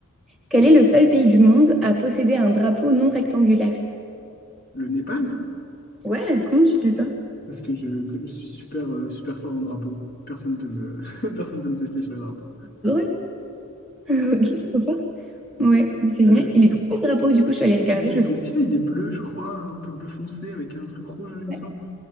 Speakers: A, in the centre; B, on the left.
A: Quel est le seul pays du monde à posséder un drapeau non rectangulaire?
B: Le Népal?
A: Ouais, comment tu sais ça?
B: Parce que je, que je suis super, euh, super fort en drapeau. Personne peut me, <laughs> personne peut me tester sur les drapeaux.
A: Ah Ouais, <laughs> ok, trop fort. Ouais, mais c'est
B: Euh,
A: génial. Il est trop beau le drapeau, du coup, je suis allée regarder,
B: il,
A: je le
B: il
A: trouve.
B: est stylé,
A: sympa.
B: il est bleu, je crois, un peu bleu foncé avec un truc rouge, il me
A: Ouais,
B: semble.